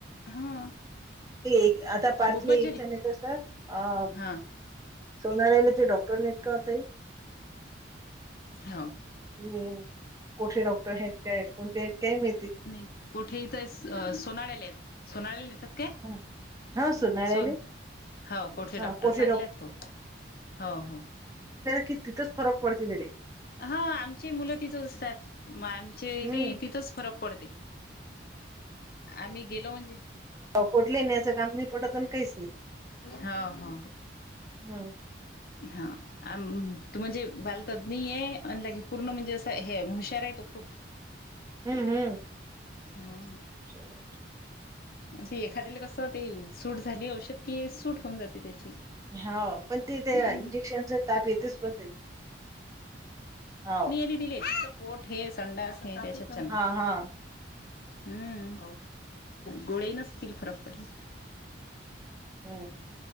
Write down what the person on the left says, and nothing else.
हा
खूप मज्जा
आली
हा
हाव.
नाही कोठे इथ सोनाळ्याले आहेत. सोनालेल नेतात का
सोन हो कुठे
डॉक्टर
चांगलेत तो हो हो.
हा आमची मुलं तिथं असतात. ली
तिथच फरक पडते आम्ही गेलो म्हणजे
हा हा
हा हं. अम तू म्हणजे बालतज्ञ आहे आणिे पूर्ण म्हणजे असं हे हुशार आहे तो खूप.
हा.
ते एखाद कसं ते सूट झाली औषध कि सूट होऊन जाते त्याची.
हम्म
ली दिले. पोट हे संडास हे त्याच्यात
हम्म. गोळे नचतील फरक पडला.